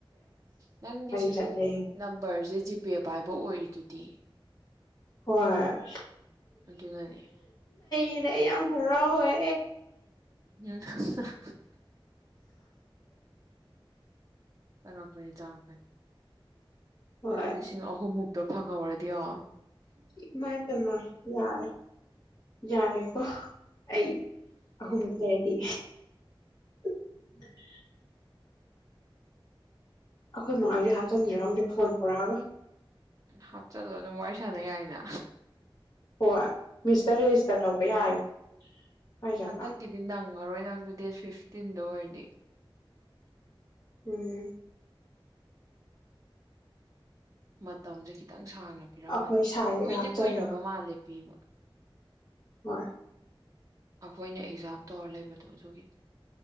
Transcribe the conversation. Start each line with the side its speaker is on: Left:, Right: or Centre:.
Right: ꯅꯪꯗꯤ ꯁꯤꯒꯤ
Left: ꯆꯠꯂꯦꯍꯦ
Right: ꯅꯝꯕꯔꯁꯦ ꯖꯤꯄꯦ ꯄꯥꯏꯕ ꯑꯣꯏꯔꯤꯗꯨꯗꯤ
Left: ꯍꯣꯏ
Right: ꯑꯗꯨꯅꯅꯤ
Left: ꯌꯦ ꯑꯩ ꯌꯥꯝ ꯍꯔꯥꯎꯋꯦ
Right: <unintelligible> ꯆꯪꯉꯛꯄꯅꯤ ꯆꯪꯉꯛꯄꯅꯤ
Left: ꯍꯣꯏ
Right: ꯑꯗꯨ ꯂꯤꯁꯤꯡ ꯑꯍꯨꯝꯃꯨꯛꯇ ꯐꯪꯍꯧꯔꯗꯤꯌꯣ
Left: ꯏꯃꯥꯏ ꯄꯦꯝꯃ ꯌꯥꯔꯦ ꯌꯥꯔꯦ ꯀꯣ ꯑꯩ ꯑꯍꯨꯝꯗꯨ ꯂꯩꯔꯗꯤ <unintelligible> ꯑꯩꯈꯣꯏ ꯃꯥ ꯍꯣꯏꯁꯦ ꯍꯥꯞꯆꯤꯟꯖꯤꯔ ꯈꯪꯗꯦ ꯐꯣꯟ ꯑꯣꯔꯔꯣꯏ
Right: ꯍꯥꯞꯆꯜꯂꯒ ꯑꯗꯨꯝ ꯋꯥꯔꯤ ꯁꯥꯟꯅ ꯌꯥꯏꯅ
Left: ꯍꯣꯏ ꯃꯤꯁꯇꯔ ꯔꯦꯖꯤꯁꯇꯔ ꯇꯧꯕ ꯌꯥꯏ ꯍꯥꯏꯖꯥꯠꯂ
Right: ꯍꯟꯗꯛꯀꯤꯗꯤ ꯅꯪ ꯐꯉꯔꯣꯏ ꯅꯪꯁꯨ ꯗꯦꯠ ꯐꯤꯐꯇꯤꯟꯗ ꯑꯣꯏꯔꯗꯤ
Left: ꯎꯝ
Right: ꯃꯇꯝꯁꯦ ꯈꯤꯇꯪ ꯁꯥꯡꯅ ꯄꯤꯔꯝꯃꯗꯤ
Left: ꯑꯩꯈꯣꯏ ꯁꯥꯏꯗꯒ
Right: ꯀꯨꯏꯗꯤ
Left: ꯍꯥꯞꯆꯟꯕ
Right: ꯀꯨꯏꯔꯕ ꯃꯥꯜꯂꯦ ꯄꯤꯕ
Left: ꯚꯣꯏ
Right: ꯑꯩꯈꯣꯏꯅ ꯑꯦꯛꯖꯥꯝ ꯇꯧꯔ ꯂꯩꯕꯗꯣ ꯑꯗꯨꯒꯤ